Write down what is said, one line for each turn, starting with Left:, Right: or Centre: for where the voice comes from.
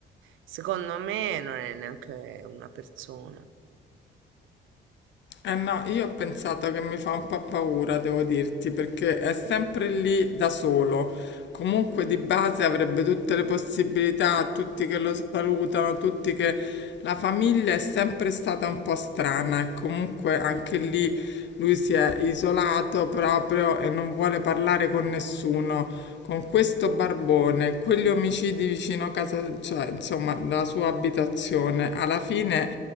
Right: secondo me non è neanche una persona.
Left: Eh no, io ho pensato che mi fa un po' paura, devo dirti, perché è sempre lì da solo. Comunque di base avrebbe tutte le possibilità, tutti che lo salutano, tutti che... La famiglia è sempre stata un po' strana e comunque anche lì lui si è isolato proprio e non vuole parlare con nessuno. Con questo barbone, quegli omicidi vicino a casa, cioè insomma, la sua abitazione, alla fine